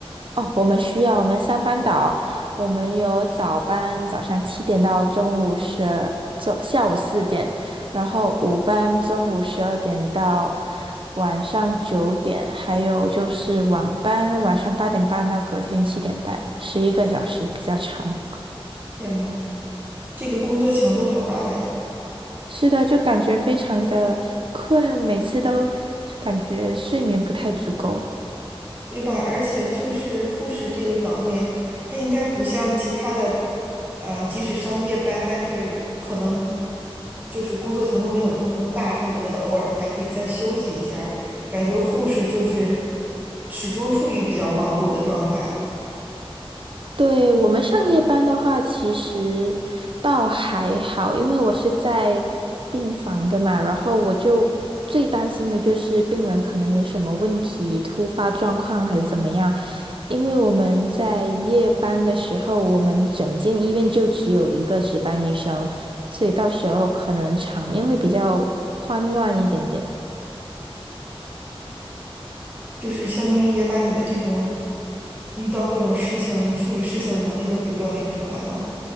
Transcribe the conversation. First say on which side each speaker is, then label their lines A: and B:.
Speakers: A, on the right; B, on the right.
A: 哦，我们需要我们三班倒，我们有早班，早上七点到中午十，中下午四点，然后午班中午十二点到晚上九点，还有就是晚班，晚上八点半到隔天七点半，十一个小时比较长。
B: 天呐，这个工作强度好大呀！
A: 是的，就感觉非常的困，每次都感觉睡眠不太足够。
B: 对吧？而且就是护士这个岗位，它应该不像其他的，呃，即使上夜班，但是可能就是工作强度没有那么大，恨不得偶尔还可以再休息一下儿感觉护士就是始终处于比较忙碌的状态，
A: 对，我们上夜班的话，其实倒还好，因为我是在病房的嘛，然后我就最担心的就是病人可能有什么问题、突发状况还是怎么样。因为我们在夜班的时候，我们整间医院就只有一个值班医生，所以到时候可能场面会比较慌乱一点点。
B: 就是相当于也把你的这种遇到各种事情、处理事情的能力都给锻炼出来了，